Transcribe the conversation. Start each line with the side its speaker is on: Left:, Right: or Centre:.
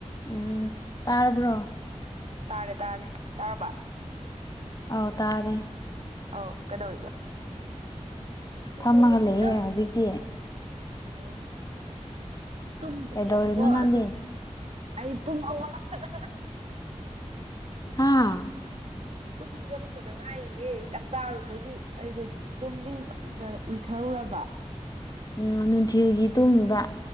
Left: ꯎꯝ ꯇꯥꯔꯕ꯭ꯔꯣ
Right: ꯇꯥꯔꯦ ꯇꯥꯔꯦ ꯇꯥꯔꯕꯥ
Left: ꯑꯥꯎ ꯇꯥꯔꯦ
Right: ꯑꯧ ꯀꯩꯗꯧꯏꯕ ꯀꯩꯗꯧꯔꯝꯃꯤꯅꯣ
Left: ꯐꯝꯃꯒ ꯂꯩꯌꯦ ꯍꯧꯖꯤꯛꯇꯤ
Right: ꯑꯣ ꯑꯁ ꯇꯨꯝꯕꯩꯅꯦꯕꯀꯣ
Left: ꯀꯩꯗꯧꯔꯤꯅꯣ ꯅꯪꯗꯤ
Right: ꯑꯗꯨ ꯑꯩ ꯇꯨꯝꯍꯧꯒꯠꯂꯛꯄꯗ
Left: ꯍꯥꯥ
Right: ꯇꯨꯝ ꯍꯧꯒꯠꯂꯛꯄꯗ ꯉꯥꯏꯔꯤꯌꯦ ꯆꯥꯛ ꯆꯥꯔꯨꯕꯒꯤ ꯑꯩꯗꯣ ꯇꯨꯝꯅꯤꯡꯃꯝꯗꯅ ꯎꯏꯊꯔꯨꯔꯕ
Left: ꯅꯅꯥ ꯅꯨꯡꯊꯤꯜꯒꯤ ꯇꯨꯝꯃꯤꯕ